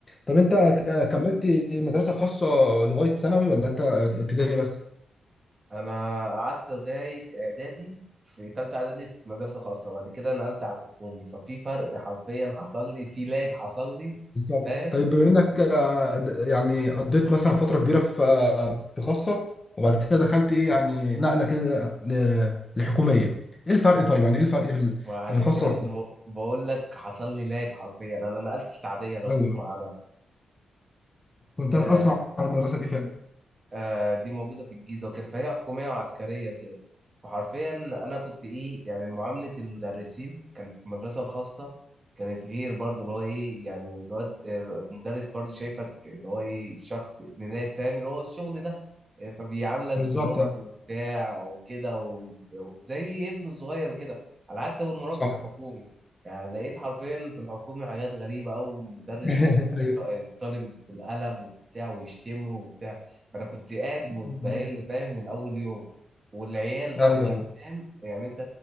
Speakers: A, on the left; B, on the right.
A: طب انت
B: ازاي
A: ك- كملت مدرسه خاصه لغايه ثانوي ولا انت ابتدائي بس
B: انا قعدت لغايه اعدادي في تالتة اعدادي في مدرسه خاصه بعد كده نقلت على الحكومي ففي فرق حرفيا حصل لي في لاج حصل لي
A: بالظبط
B: فاهم
A: طيب بما انك آه، د- يعني قضيت مثلا فتره كبيره في آه، في خاصه وبعد كده دخلت ايه يعني نقله كده ل- لحكوميه ايه الفرق طيب يعني ايه الفرق بال-
B: وعشان
A: بين خاصه
B: كده
A: وحكوميه
B: كنت بق- بقول لك حصل لي لاج حرفيا انا نقلت السعديه لو
A: ايوه
B: تسمع عنها
A: كنت اسمع
B: آه،
A: عن المدرسه دي فعلا
B: آه دي موجودة في الجيزة وكده فهي حكومية وعسكرية وكده فحرفيا أنا كنت إيه يعني معاملة المدرسين كانت في المدرسة الخاصة كانت غير برضه اللي هو إيه يعني الواد المدرس برضه شايفك اللي هو إيه شخص ابن ناس فاهم اللي هو الشغل ده آه، فبيعاملك
A: بالظبط
B: بلطف وبتاع وكده وز- وزي ابنه الصغير وكده على عكس أول ما رحت
A: صح
B: الحكومي يعني لقيت حرفيا في الحكومي حاجات غريبة أوي مدرس
A: <laughs>
B: يضرب
A: ايوه
B: الطالب بالقلم وبتاع ويشتمه وبتاع انا كنت قاعد مزبهل
A: بالظبط
B: فاهم من اول يوم والعيال برضو
A: ايوه
B: يعني فاهم يعني انت